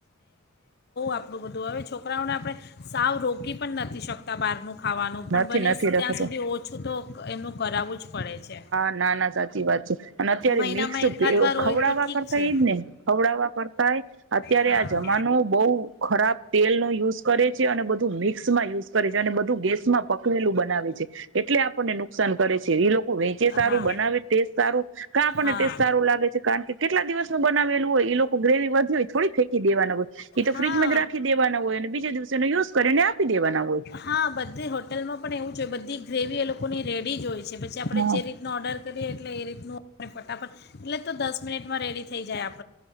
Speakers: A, on the left; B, on the right.
A: આપું બધું હવે છોકરાઓને આપણે સાવ રોકી પણ નથી શકતા બહારનું ખાવાનું પણ
B: નથી
A: બને
B: નથી રખાતું.
A: ત્યાં સુધી ઓછું તો એમનું કરાવવું જ પડે છે
B: નાના સાચી વાત છે અને અત્યારે
A: મહિનામાં
B: મિક્સ
A: એકાદ
B: બેવ
A: વાર હોય
B: ખવડાવવા
A: તો ઠીક
B: કરતા
A: છે
B: એજ ને ખવડાવવા કરતાય અત્યારે
A: હા
B: આ જમાનો બહ ખરાબ તેલ નો યુઝ કરે છે અને બધું મિક્સ માં યુઝ કરે છે અને બધું ગેસ પકવેલું બનાવે છે એટલે આપણને નુકસાન કરે છે એ લોકો વેચે સારું
A: હા
B: બનાવે ટેસ્ટ સારું કા આપણને
A: હા
B: ટેસ્ટ સારું લાગે છે કારણ કે કેટલા દિવસનું બનાવેલું હોય એ લોકો ગ્રેવી વધી હોય થોડી ફેંકી દેવાના બધ એ તો
A: હા
B: ફ્રીજમાં જ રાખી દેવાના હોય અને બીજા દિવસેનો યુઝ કરીને આપી દેવાના હોય
A: હા બધે હોટલમાં પણ એવું જ હોય બધી ગ્રેવી એ લોકોની રેડી જ હોય પછી આપણે
B: હા
A: જે રીતનો ઓર્ડર કરીએ એટલે એ રીતનું ફટાફટ, એટલે તો દસ મિનિટમાં રેડી થઈ જાય આપ